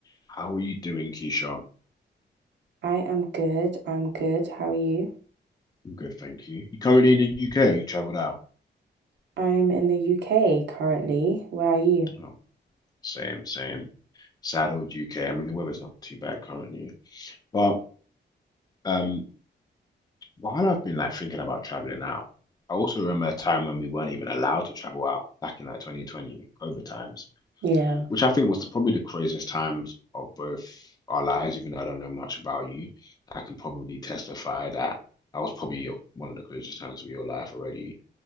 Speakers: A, on the left (about 20°); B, on the right (about 70°).
A: How are you doing, Keyshawn?
B: I am good. I'm good. How are you?
A: I'm good, thank you. You currently in the UK or you travelled out?
B: I'm in the UK currently. Where are you?
A: Oh, same, same. Sad old UK. I mean, the weather's not too bad currently. But um, while I've been like thinking about travelling out, I also remember a time when we weren't even allowed to travel out back in like 2020 COVID times,
B: Yeah.
A: which I think was the, probably the craziest times of both our lives, even though I don't know much about you. I can probably testify that that was probably your, one of the craziest times of your life already.